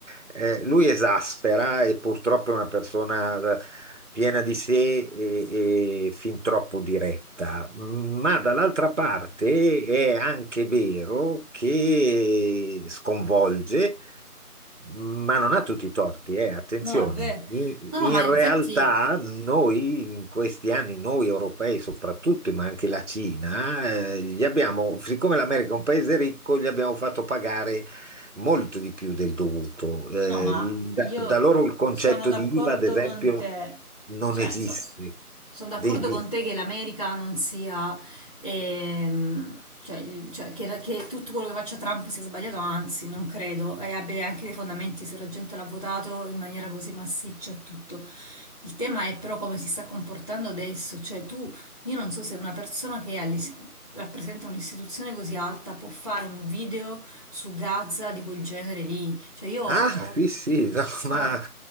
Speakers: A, on the right; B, on the left.
A: Eh, lui esaspera e purtroppo è una persona eh, piena di sé e, e fin troppo diretta, ma dall'altra parte è anche vero che sconvolge, ma non ha tutti i torti, eh, attenzione.
B: No, è vero.
A: In,
B: No, no,
A: in
B: ma
A: realtà
B: infatti
A: noi in questi anni, noi europei soprattutto, ma anche la Cina, eh, gli abbiamo, siccome l'America è un paese ricco, gli abbiamo fatto pagare molto di più del dovuto. Eh,
B: No, ma
A: l- da,
B: io
A: da loro il concetto
B: sono d'accordo
A: di IVA, ad esempio,
B: con te,
A: non
B: cioè
A: esiste.
B: so- so- sono d'accordo
A: Di, di-
B: con te che l'America non sia, ehm, cioè, il- cioè, che, che tutto quello che faccia Trump sia sbagliato, anzi non credo, e abbia anche dei fondamenti se la gente l'ha votato in maniera così massiccia e tutto. Il tema è però come si sta comportando adesso, cioè tu, io non so se una persona che è all'is- rappresenta un'istituzione così alta può fare un video su Gaza di quel genere lì. Cioè io ho-
A: Ah, sì, sì, no, <laughs>
B: sono-
A: ma